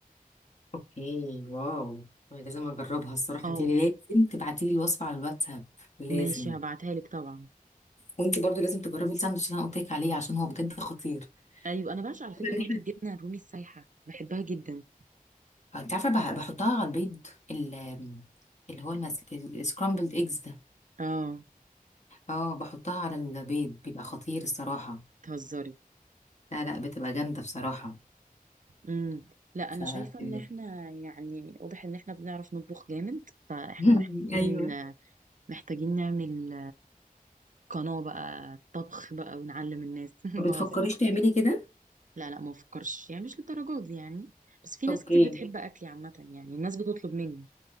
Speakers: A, on the left; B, on the right.
A: اوكي واو أنا لازم اجربها الصراحه
B: اه
A: انت لازم تبعتي لي الوصفه على الواتساب لازم
B: ماشي هبعتها لك طبعا
A: وانت برضو لازم تجربي الساندوتش اللي انا قلت لك عليه عشان هو بجد خطير
B: ايوه انا بعشق على فكره
A: طب
B: برضو
A: إحنا-
B: الجبنه الرومي السايحه بحبها جدا
A: انت عارفه بح- بحطها على البيض ال- اللي هو المس... السكرامبلد ايجز ده
B: اه
A: اه بحطها على البيض بيبقى خطير الصراحه
B: تهزري
A: لا لا بتبقى جامده بصراحه
B: امم لا
A: ف
B: انا شايفه ان احنا يعني واضح ان احنا بنعرف نطبخ جامد فاحنا
A: <laughs>
B: محتاجين
A: ايوه
B: محتاجين نعمل قناه بقى طبخ بقى ونعلم الناس <laughs>
A: ما بتفكريش
B: بهزر
A: تعملي كده
B: لا لا ما بفكرش يعني مش للدرجات دي يعني بس في ناس
A: اوكي
B: كتير بتحب اكلي عامه يعني الناس بتطلب مني